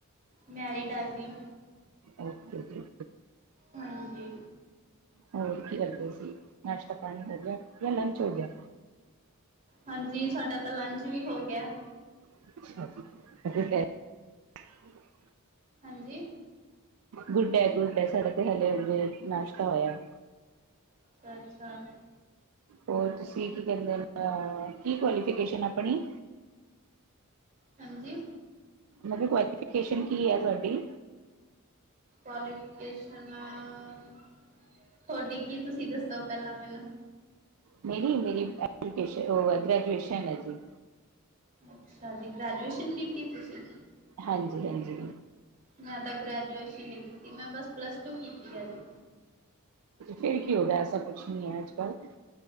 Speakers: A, on the right; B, on the right.
A: ਮੈਰੀਡ ਆ ਜੀ।
B: ਓਕੇ ਜੀ
A: ਹਾਂਜੀ।
B: ਹੋਰ ਕੀ ਕਰਦੇ ਸੀ, ਨਾਸ਼ਤਾ ਪਾਣੀ ਕਰ ਲਿਆ ਜਾਂ ਲੰਚ ਹੋ ਗਿਆ।
A: ਹਾਂਜੀ ਸਾਡਾ ਤਾਂ ਲੰਚ ਵੀ ਹੋ ਗਿਆ।
B: <unintelligible>
A: ਹਾਂਜੀ।
B: ਗੁੱਡ ਡ ਏ, ਗੁੱਡ ਏ ਸਾਡਾ ਤੇ ਹਲੇ ਹੁਨੇ ਨਾਸ਼ਤਾ ਹੋਇਆ।
A: ਅੱਛਾ-ਅੱਛਾ।
B: ਹੋਰ ਤੁਸੀਂ ਕੀ ਕਹਿੰਦੇ ਆ, ਕੀ ਕੁਆਲੀਫਕੇਸ਼ਨ ਆਪਣੀ
A: ਹਾਂਜੀ।
B: ਕਵਾਲੀਫਿਕੇਸ਼ਨ ਕੀ ਐ ਤੁਆਡੀ।
A: ਕੁਆਲੀਫਿਕੇਸ਼ਨ ਅ ਤੁਹਾਡੀ ਕੀ ਤੁਸੀਂ ਦੱਸੋ ਪਹਿਲਾਂ ਮੈਨੂੰ
B: ਨਹੀ ਮੇਰੀ ਐਜੂਕੇਸ਼, ਉਹ ਗ੍ਰੈਜੂਏਸ਼ਨ ਐ ਜੀ।
A: ਅੱਛਾ ਜੀ ਗ੍ਰੈਜੂਏਸ਼ਨ ਕੀਤੀ ਤੁਸੀਂ।
B: ਹਾਂਜੀ-ਹਾਂਜੀ।
A: ਮੈਂ ਤਾਂ ਗ੍ਰੈਜੂਏਸ਼ਨ ਨੀ ਕੀਤੀ ਮੈਂ ਬਸ ਪਲੱਸ ਟੂ ਕੀਤੀ ਆ ਜੀ।
B: ਫੇਰ ਕੀ ਹੋਗਿਆ ਐਸਾ ਕੁਛ ਨੀ ਐ ਅੱਜ-ਕੱਲ੍ਹ